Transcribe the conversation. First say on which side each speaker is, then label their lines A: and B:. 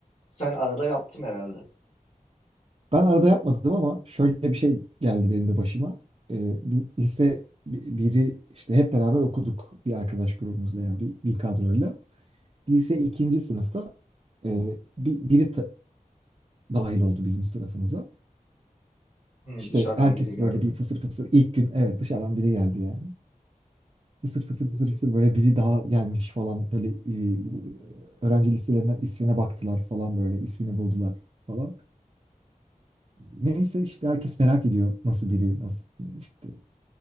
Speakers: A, on the left; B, on the right.
A: sen arada yaptın herhalde.
B: Ben arada yapmadım ama şöyle bir şey geldi benim de başıma. Ee, bir lise bi- biri işte hep beraber okuduk bir arkadaş grubumuzla yani bir, bir kadroyla. Lise ikinci sınıfta e, bir, biri ta- dahil oldu bizim sınıfımıza.
A: Hı,
B: İşte
A: dışarıdan
B: herkes
A: biri geldi.
B: böyle bir fısır fısır ilk gün evet dışarıdan biri geldi yani. Fısır fısır fısır fısır böyle biri daha gelmiş falan böyle e, öğrenci listelerinden ismine baktılar falan böyle ismini buldular falan. Neyse işte herkes merak ediyor nasıl biri, nasıl işte